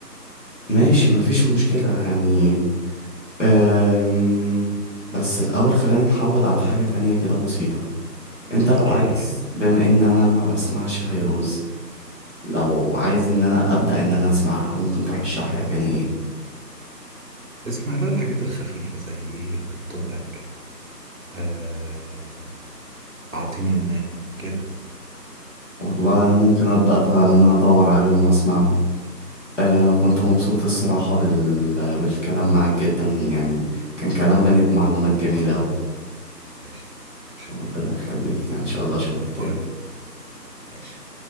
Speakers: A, on the left (about 45°); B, on the right (about 55°).
A: ماشي مفيش مشكلة يعني أم... بس الاول خلينا نحود على حاجة تانية كده بسيطة انت لو
B: ايه
A: عايز
B: هي
A: بما ان انا ما بسمعش فيروز لو عايز ان انا ابدا ان انا اسمعها ممكن ترشح لي اغاني ايه
B: اسمع لها الحاجات الخفيفه زي ايه بكتب لك آه، أعطيني الناي كده
A: والله انا ممكن ابدا فعلا ان انا ادور عليهم واسمعهم آه، انا كنت مبسوط الصراحة بال... بالكلام معاك جدا يعني كان كلام غني بمعلومات جميلة اوي
B: ماشي شكرا
A: ربنا يخليك يعني ان شاء الله اشوفك تاني
B: باي ماشي